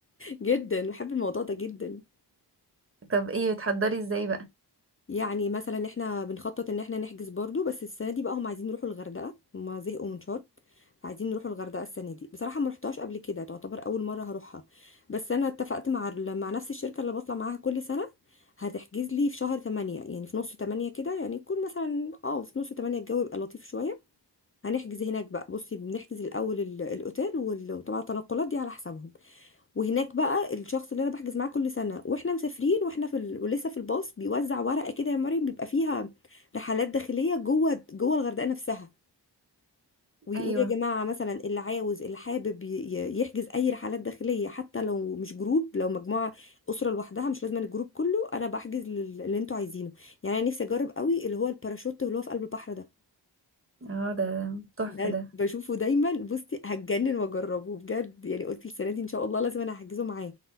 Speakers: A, on the left; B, on the right.
A: جدا بحب الموضوع ده جدا
B: طب ايه بتحضري ازاي بقى
A: يعني مثلا احنا بنخطط ان احنا نحجز برضو بس السنه دي بقى هم عايزين يروحوا الغردقه هم زهقوا من شرم فعايزين نروحوا الغردقه السنه دي بصراحه ما رحتهاش قبل كده تعتبر اول مره هروحها بس انا اتفقت مع ال- مع نفس الشركه اللي بطلع معاها كل سنه هتحجز لي في شهر 8 يعني في نص 8 كده يعني يكون مثلا اه في نص 8 الجو يبقى لطيف شويه هنحجز هناك بقى بصي بنحجز الاول ال- الاوتيل وال- وطبعا التنقلات دي على حسابهم وهناك بقى الشخص اللي انا بحجز معاه كل سنه واحنا مسافرين واحنا في ال... ولسه في الباص بيوزع ورقه كده يا مريم بيبقى فيها رحلات داخليه جوه جوه الغردقه نفسها ويقول
B: ايوه
A: يا جماعه مثلا اللي عاوز اللي حابب ي- ي- يحجز اي رحلات داخليه حتى لو مش جروب لو مجموعه اسره لوحدها مش لازم الجروب كله انا بحجز لل- اللي انتوا عايزينه يعني انا نفسي اجرب قوي اللي هو الباراشوت اللي هو في قلب البحر ده
B: اه ده ده تحفة
A: ده
B: ده
A: بشوفه دايما بصي هتجنن واجربه بجد يعني قلت السنه دي ان شاء الله لازم انا هحجزه معاه